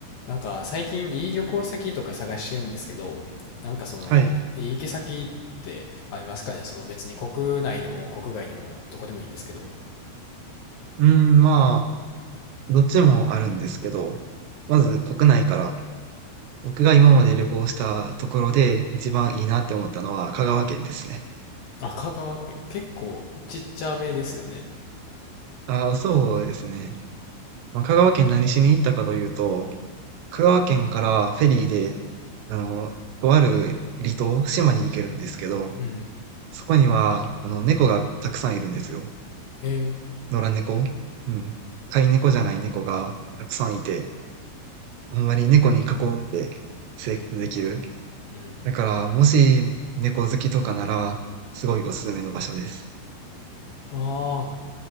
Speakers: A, on the left; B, on the right.
A: なんか最近いい旅行先とか探してるんですけど、なんかその、
B: はい。
A: いい行き先ってありますかねその別に国内でも国外でもどこでもいいんですけど。
B: うーん、まあ、どっちもあるんですけど、まず国内から、僕が今まで旅行したところで一番いいなって思ったのは香川県ですね。
A: あ、香川県。結構ちっちゃめですよね。
B: ああ、そうですね。まあ、香川県何しに行ったかというと、香川県からフェリーで、あの、とある離島、島に行けるんですけど、
A: うん。
B: そこには、あの、猫がたくさんいるんですよ。
A: へえ。
B: 野良猫。うん。飼い猫じゃない猫がたくさんいて、ほんまに猫に囲って生活できる。
A: うん。
B: だから、もし猫好きとかなら、すごいおすすめの場所です。
A: あ